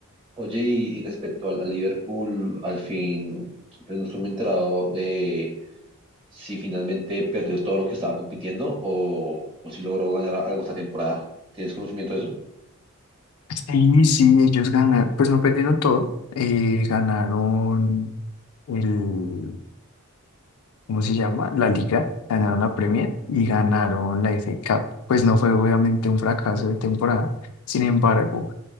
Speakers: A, on the right; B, on the left.
A: Oye, y, y respecto al, al Liverpool, al fin, pues no estoy muy enterado de si finalmente perdió todo lo que estaba compitiendo o, o si logró ganar algo esta temporada. ¿Tienes conocimiento de eso?
B: Sí, sí, ellos ganaron, pues no perdieron todo, eh, ganaron el, ¿cómo se llama? La liga, ganaron la Premier y ganaron la FA Cup. Pues no fue obviamente un fracaso de temporada, sin embargo